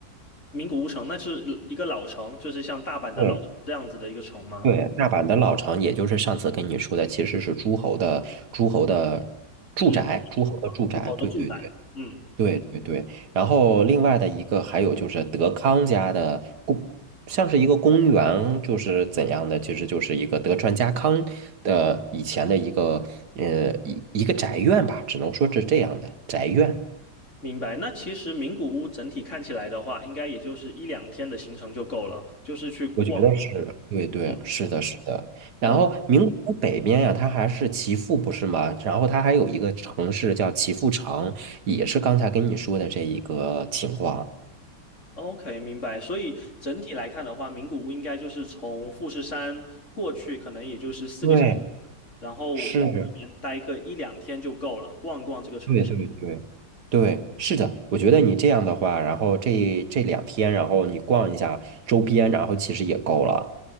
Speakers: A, on the left; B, on the right.
A: 名古屋城那是一个老城，就是像大阪的老城这样子的一个城吗？
B: 对对，大阪的老城，也就是上次跟你说的，其实是诸侯的诸侯的住宅，
A: 里
B: 诸侯的住宅。
A: 啊，诸侯的住宅，
B: 对对对。
A: 嗯。
B: 对对对，然后另外的一个还有就是德康家的公，像是一个公园，就是怎样的，其实就是一个德川家康的以前的一个呃一一个宅院吧，只能说是这样的宅院。
A: 明白。那其实名古屋整体看起来的话，应该也就是一两天的行程就够了，就是去逛。
B: 我觉得是，对对，
A: 嗯，
B: 是的，是的。然后名古屋北边呀、
A: 哦
B: 它还是岐阜，不是吗？然后它还有一个城市叫岐阜城，也是刚才跟你说的这一个情况。
A: ，OK，明白。所以整体来看的话，名古屋应该就是从富士山过去，可能也就是四个小时，
B: 对，
A: 然后在那边待个一两天就够了，
B: 是。
A: 逛逛这个城市。
B: 对对对对，是的，我觉得你这样的话，然后这这两天，然后你逛一下周边，然后其实也够了。